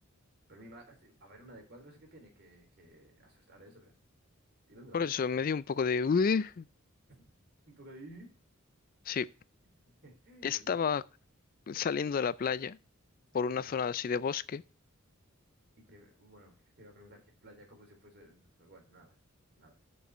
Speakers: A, on the right; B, on the left.
A: Pero mi para ver una de cuatro sí que tiene que, que asustar eso, ¿eh? ¿Y dónde la
B: Por
A: viste?
B: eso me dio un poco de... "Ueh".
A: <laughs> Un poco de...
B: Sí,
A: <laughs> ¿Y
B: estaba
A: dónde?
B: saliendo de la playa por
A: En
B: una zona
A: la...
B: así de bosque
A: Y que, bueno, te iba a preguntar qué playa, como si fuese... Bueno, nada, nada.